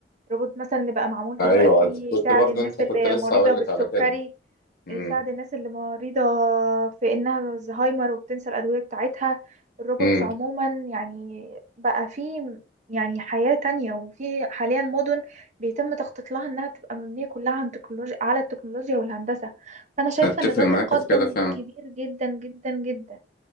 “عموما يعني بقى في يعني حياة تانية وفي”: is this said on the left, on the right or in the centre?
Right